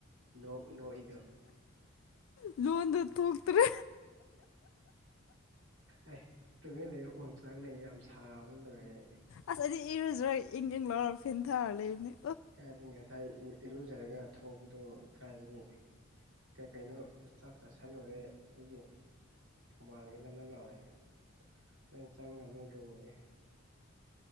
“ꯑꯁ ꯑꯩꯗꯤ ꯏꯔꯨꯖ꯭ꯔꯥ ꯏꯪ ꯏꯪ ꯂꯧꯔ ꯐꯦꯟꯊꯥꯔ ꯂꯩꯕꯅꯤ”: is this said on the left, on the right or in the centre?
Left